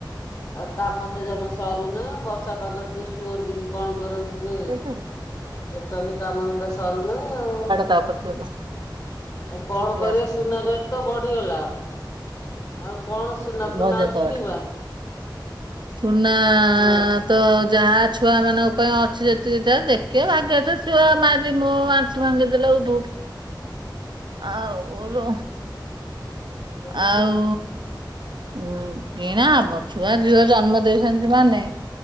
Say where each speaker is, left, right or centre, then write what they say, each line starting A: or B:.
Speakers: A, on the left; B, on the right.
A: ଆଉ କାମ ତ ଜମା ସରୁନି ବର୍ଷା ପାଗରେ ଟିକେ ଶୁଅନ୍ତି କି କଣ କରନ୍ତି ଯୋ
B: ତାୱାଟା
A: ଟୋଟାଲି କାମ ଧନ୍ଦା ସରୁନେଇ ଆଉ।
B: ତା ଉପରେ ଥୋଇଦେ
A: ଆଉ କଣ
B: ଗ୍ୟାସ
A: କରିବା ସୁନା ରେଟ୍ ତ ବଢିଗଲା ଆଉ କଣ ସୁନା
B: ଭଜା
A: ଫୁନା ଆଉ
B: ତାୱାଟା।
A: କିଣିବା?
B: ସୁନା ଆଁ
A: ହଁ
B: ତ ଯାହା ଛୁଆମାନଙ୍କ ପାଇଁ ଅ ସେ ଯେତିକି ଯା ଦେଖିଆ ଭାଗି ଥିବା ଛୁଆ ମାରି ମୁଁ ମୋ ଆଣ୍ଠୁ ଭାଙ୍ଗି ଦେଲେ ଧୌଡି ଆ ଓଲୋ
A: କଣ
B: ଆଉ ଉଁ କିଣା ହବ ଛୁଆ ଝୁଅ ର। ଜନ୍ମ ଦେଇଛନ୍ତି ମାନେ